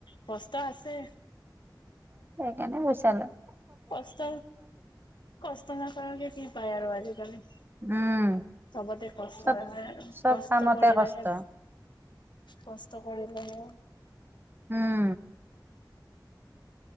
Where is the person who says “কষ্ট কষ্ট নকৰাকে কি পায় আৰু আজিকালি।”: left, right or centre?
Left